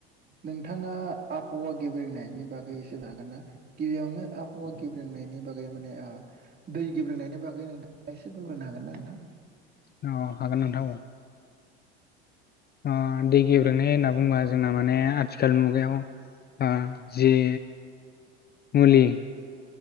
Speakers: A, on the right; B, on the left.
A: नोंथाङा आबहावा गेब्रेंनायनि बागै एसे हागोन ना गिबियावनो आबहावा गेब्रेंनायनि बागै माने आ दै गेब्रेंनायनि बागै एसे बुंग्रोनो हागोन ना नोंथां
B: अ हागोन नोंथां औ अ दै गेब्रेंनाय होनना बुङोबा जोंना माने आथिखाल मुगायाव आ जि मुलि